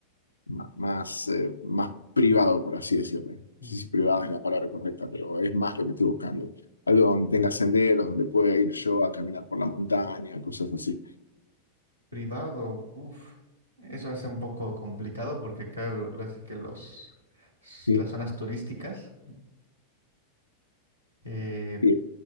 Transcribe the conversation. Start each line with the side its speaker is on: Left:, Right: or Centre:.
Left: ma- más, eh, más privado, por así decirlo. No
Right: mm,
Left: sé si privado es la palabra correcta, pero es más lo que estoy buscando. Algo donde tenga senderos, donde pueda ir yo a caminar por la montaña, cosas así.
Right: privado, uff, eso hace un poco complicado porque acá el- ahora sí que los, s-
Left: Sí,
Right: las zonas turísticas, eh,
Left: sí,